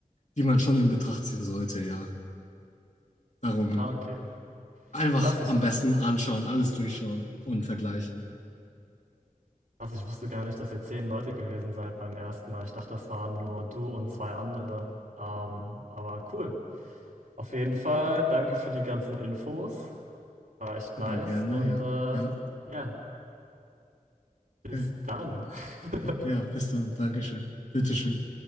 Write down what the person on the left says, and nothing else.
die man schon in Betracht ziehen sollte, ja. Darum
einfach
am besten anschauen, alles durchschauen und vergleichen, ja.
Immer
gerne,
ja. Ja,
okay.
Ja,
bis dann. Dankeschön. Bitteschön.